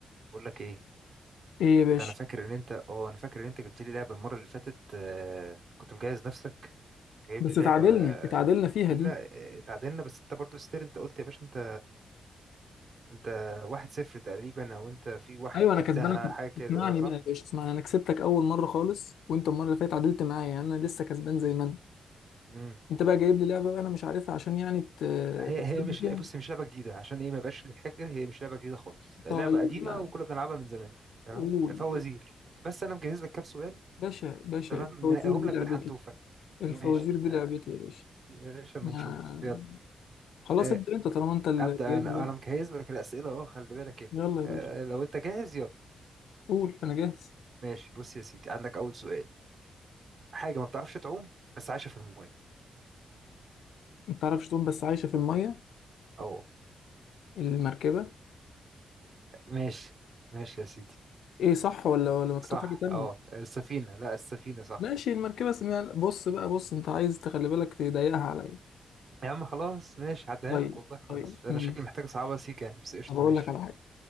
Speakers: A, on the right; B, on the left.
A: بقول لك ايه
B: ايه يا باشا
A: انت انا فاكر ان انت اه انا فاكر ان انت جبت لي لعبه المره اللي فاتت آه، كنت مجهز نفسك جايب
B: بس
A: لي
B: اتعادلنا
A: لعبه
B: اتعادلنا فيها
A: تقيله
B: دي
A: آه، اتعادلنا بس انت برضو ستيل انت قلت يا باشا انت انت واحد صفر تقريبا او انت في واحد
B: ايوه انا
A: قبلها
B: كسبانك
A: حاجه كده
B: اسمعني
A: آه، صح
B: بقى يا باشا اسمعني انا كسبتك اول مره خالص وانت المره اللي فاتت اتعادلت معايا يعني انا لسه كسبان زي ما انا
A: امم
B: انت بقى جايب لي لعبه بقى انا مش عارفها عشان يعني ت-
A: هي
B: تكسبني
A: هي مش
B: فيها
A: لع- بص هي مش لعبه جديده عشان ايه ما بقاش لي حاجه هي مش لعبه جديده خالص لعبه
B: طيب
A: قديمه
B: يعني
A: وكنا بنلعبها من زمان تمام
B: قول
A: فوازير بس انا مجهز لك كام سؤال
B: باشا باشا
A: تمام
B: الفوازير
A: منقيهم
B: دي
A: لك
B: لعبتي
A: بالحنتوفه
B: الفوازير
A: ماشي
B: دي
A: آه،
B: لعبتي يا باشا
A: يا باشا
B: ما-
A: ما نشوف يلا
B: خلاص
A: آه،
B: ابدا انت طالما انت اللي
A: ابدا
B: جايب
A: انا
B: اللعبه
A: انا مجهز لك الاسئله اهو خلي بالك ايه
B: يلا يا باشا
A: آه لو انت جاهز يلا
B: قول انا جاهز
A: ماشي بص يا سيدي عندك اول سؤال حاجه ما بتعرفش تعوم بس عايشه في الماء
B: ما تعرفش تقوم بس عايشه في الميه
A: اه
B: المركبه
A: ماشي ماشي يا سيدي
B: ايه صح ولا ولا مكتوب
A: صح
B: حاجه تانية
A: اه السفينه لا السفينه صح
B: ماشي المركبة اسمها بص بقى بص انت عايز تخلي بالك تضيقها عليا
A: يا عم خلاص ماشي عديها
B: طيب
A: لك والله خلاص
B: طيب
A: انا
B: ماشي
A: شكلي محتاج صعبه سيكه يعني بس قشطه
B: طب اقول
A: ماشي
B: لك على حاجة